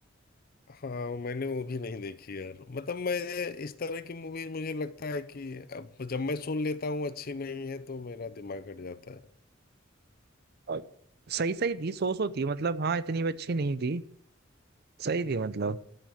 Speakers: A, on the left (about 50°); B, on the right (about 55°).
A: हाँ मैंने वो भी नहीं देखी यार मतलब मैं ये- इस तरह की मूवीज मुझे लगता है कि अब जब मैं सुन लेता हूँ अच्छी नहीं है तो मेरा दिमाग हट जाता है
B: और सही सही थी सो सो थी मतलब हाँ इतनी भी अच्छी नहीं थी सही थी मतलब